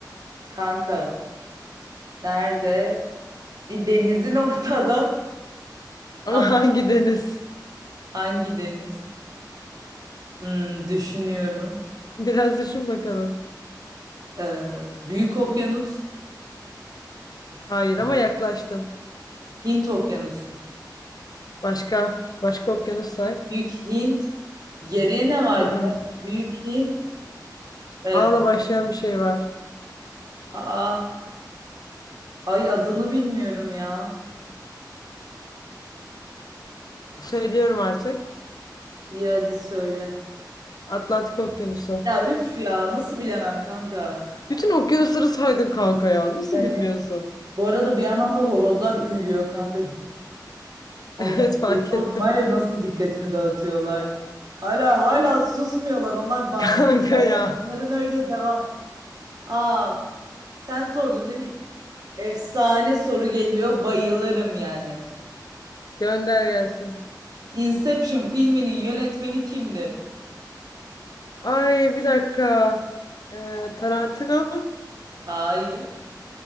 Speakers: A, on the right; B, on the left.
A: kanka nerede? Bir denizin <laughs> ortada
B: Ama
A: ama
B: <laughs> hangi deniz?
A: hangi deniz? Hmm, düşünüyorum.
B: Biraz düşün bakalım.
A: Ee, Büyük Okyanus,
B: Hayır ama yaklaştın.
A: Hint Okyanusu.
B: Başka. Başka okyanus say.
A: Büyük Hint. Geriye ne vardı?
B: Mm-mm.
A: Büyük Hint. Ee,
B: A'la başlayan bir şey var.
A: aa, ay adını bilmiyorum ya.
B: Söylüyorum artık.
A: İyi hadi söyle.
B: Atlantik Okyanusu.
A: Ya üf ya nasıl bilemem kanka.
B: Bütün okyanusları saydın kanka ya. Nasıl
A: Yani,
B: bilmiyorsun? <laughs>
A: bu arada bir yandan da horozlar üyülüyor kanka. Allah
B: Evet fark
A: deli oldum
B: ettim.
A: var ya nasıl dikkatimi dağıtıyorlar. Hala hala susmuyorlar onlar bağırıyorlar
B: <laughs> Kanka
A: yani.
B: ya.
A: Onların öyle devam. Aa sen sordun değil mi? Efsane soru geliyor bayılırım yani.
B: Gönder gelsin.
A: Inception filminin yönetmeni kimdir?
B: Ay bir dakika. Ee, Tarantino.
A: Hayır.